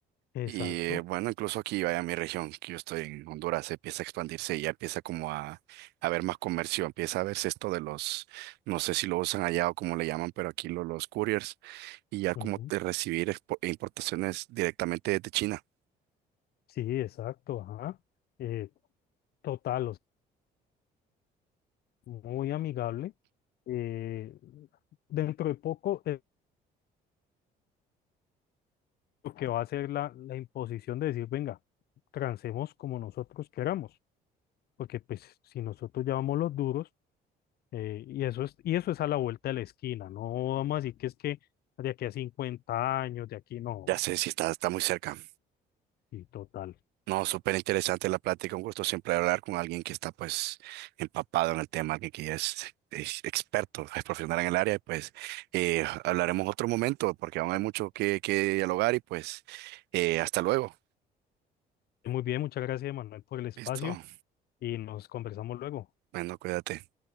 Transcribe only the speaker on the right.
Y eh, bueno, incluso aquí, vaya, mi región, que yo estoy en Honduras, empieza a expandirse y ya empieza como a, a haber más comercio, empieza a verse esto de los, no sé si lo usan allá o cómo le llaman, pero aquí lo- los couriers y ya
como de recibir expo- importaciones directamente desde China.
Ya sé si está, está muy cerca.
No, súper interesante la plática. Un gusto siempre hablar con alguien que está pues empapado en el tema, alguien que ya es, es experto, es profesional en el área. y, Pues eh, hablaremos otro momento porque aún hay mucho que, que dialogar y pues eh, hasta luego.
Listo.
Bueno, cuídate.